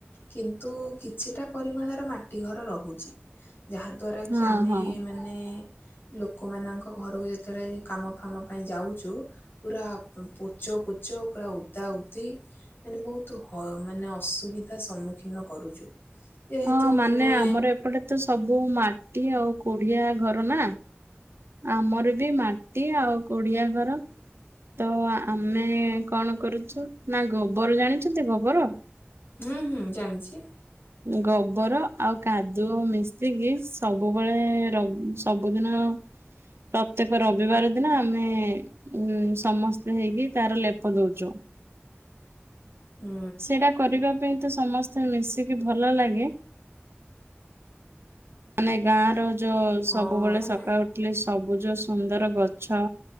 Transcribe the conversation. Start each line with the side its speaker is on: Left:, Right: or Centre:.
Left: କିନ୍ତୁ କିଛିଟା ପରିମାଣର ମାଟି ଘର ରହୁଛି, ଯାହା ଦ୍ଵାରା
Right: ହଁ
Left: କି ଆମେ
Right: ହଁ
Left: ମାନେ ଲୋକମାନଙ୍କ ଘରକୁ ଯେତେବେଳେ ଏଇ କାମ ଫାମ ପାଇଁ ଯାଉଚୁ ପୁରା ପୋଚ ପୋଚ ପୁରା ଓ ତା ଉତି ମାନେ ବହୁତ ହ ମାନେ ଅସୁବିଧା ସମ୍ମୁଖୀନ କରୁଚୁ। ଯେହେତୁ
Right: ହଁ
Left: ମାନେ।
Right: ଆମର ଏପଟେ ତ ସବୁ ମାଟି ଆଉ କୁଡିଆ ଘର ନା। ଆମର ବି ମାଟି ଆଉ କୋଡିଆ ଘର। ତ ଆମେ କଣ କରୁଛୁ ନା ଗୋବର ଜାଣିଛନ୍ତି ଗୋବର।
Left: ହୁଁ ହୁଁ ଜାଣିଛି।
Right: ଗୋବର ଆଉ କାଦୁଅ ମିଶିକି ଶି ସବୁବେଳେ ର ସବୁଦିନ ପ୍ରତ୍ୟେକ ରବିବାର ଦିନ ଆମେ। ଉଁ ସମସ୍ତେ ହେଇକି ତାର ଲେପ ଦଉଚୁ।
Left: ହୁଁ।
Right: ସେଇଟା କରିବା ପାଇଁ ତ ସମସ୍ତେ ମିଶିକି ଭଲ ଲାଗେ। ମାନେ ଗାଁ ର ଯୋ ସବୁବେଳେ
Left: ହଁ
Right: ସକାଳ
Left: ନା
Right: ଉ ଖିଲେ ସବୁଜ ସୁନ୍ଦର ଗଛ